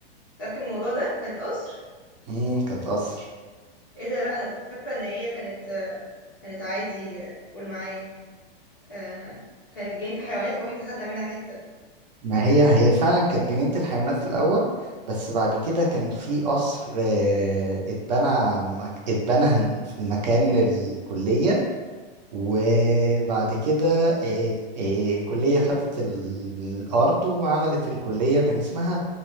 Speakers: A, on the left; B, on the right.
A: متأكد من الموضوع ده كانت قصر
B: مم، كانت قصر
A: ايه ده لا انا كنت فاكره ان هي كانت آه، كانت عادي آه، قول معايا آه، كانت جنينه حيوانات واحنا خدنا منها حته
B: ما هي هي فعلا كانت جنينة الحيوانات في الأول بس بعد كده كان في قصر آه، اتبنى مك- اتبنى هن- في مكان الكلية وبعد كده آه، آه، الكلية خدت ال- الأرض وعملت الكلية كان اسمها